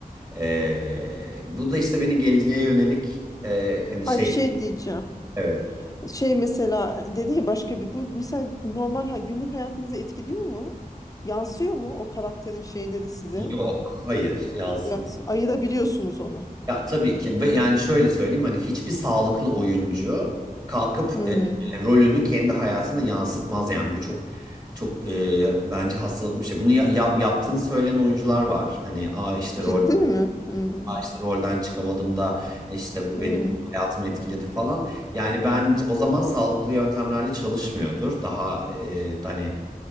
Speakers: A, on the right (about 25°); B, on the left (about 25°).
A: Ee, bu da işte beni geleceğe yönelik e, hani şey
B: Ay bir şey diyeceğim.
A: evet
B: Şey mesela dedi ya başka bir bu mesela normal ha- günlük hayatınızı etkiliyor mu? Yansıyor mu o karakterin şeyleri size?
A: yok hayır yansımıyor.
B: Yansıyor. Ayırabiliyorsunuz onu.
A: Ya tabii ki ve yani şöyle söyleyeyim hani hiçbir sağlıklı oyuncu kalkıp
B: Hmm.
A: e, rolünü kendi hayatında yansıtmaz yani bu çok çok e, bence hastalıklı bir şey. Bunu ya- yap, yaptığını söyleyen oyuncular var. Hani aa işte
B: Ciddi
A: rol
B: mi? Hmm.
A: işte rolden çıkamadım da işte bu
B: Hmm.
A: benim hayatımı etkiledi falan. Yani ben o zaman sağlıklı yöntemlerle çalışmıyordur. Daha e, hani